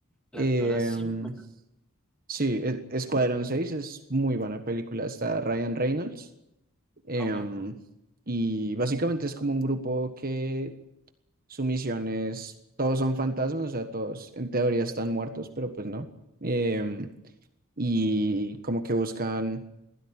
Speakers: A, in the centre; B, on the right (about 40°).
A: La
B: Em,
A: la verdad sí me encanta.
B: sí, e- Escuadrón seis es muy buena película. Está Ryan Reynolds. Em,
A: Ah, ok.
B: y básicamente es como un grupo que su misión es, todos son fantasmas, o sea, todos en teoría están muertos, pero pues no. Em, y como que buscan